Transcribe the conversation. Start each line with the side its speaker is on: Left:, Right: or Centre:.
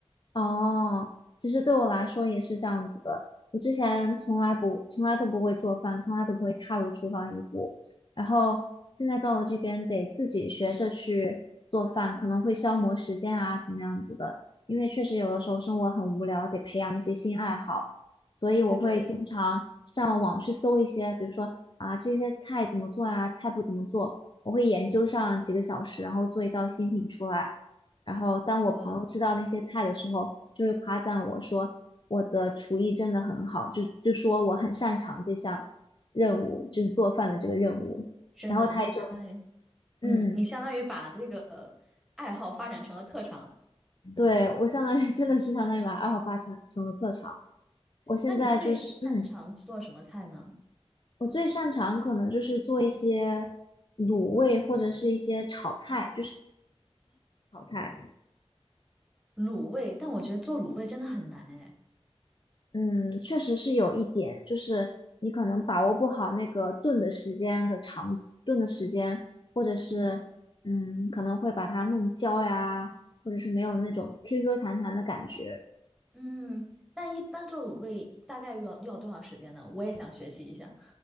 Left: 哦，其实对我来说也是这样子的。我之前从来不，从来都不会做饭，从来都不会踏入厨房一步。然后现在到了这边，得自己学着去做饭，可能会消磨时间啊，怎么样子的。因为确实有的时候生活很无聊，得培养一些新爱好。所以我会经常上网去搜一些，
Centre: 对对对，
Left: 比如说啊，这些菜怎么做呀，菜谱怎么做，我会研究上几个小时，然后做一道新品出来。然后当我朋友知道那些菜的时候，
Centre: 哇，
Left: 就会夸赞我说我的厨艺真的很好，就就说我很擅长这项任务，就是做饭的这个任务。
Centre: 真的，
Left: 然后他也就
Centre: 你相当于，
Left: 嗯，
Centre: 嗯，你相当于把这个爱好发展成了特长。
Left: 对，我相当于 <laughs> 真的是相当于把爱好发成成了特长。我现在就是嗯，
Centre: 那你最擅长做什么菜呢？
Left: 我最擅长可能就是做一些卤味或者是一些炒菜，就是炒菜。
Centre: 卤味，但我觉得做卤味真的很难哎。
Left: 嗯，确实是有一点，就是你可能把握不好那个炖的时间的长，炖的时间，或者是嗯，
Centre: 嗯，
Left: 可能会把它弄焦呀，或者是没有那种 Q Q 弹弹的感觉。
Centre: 嗯，但一般做卤味大概要要多少时间呢？我也想学习一下。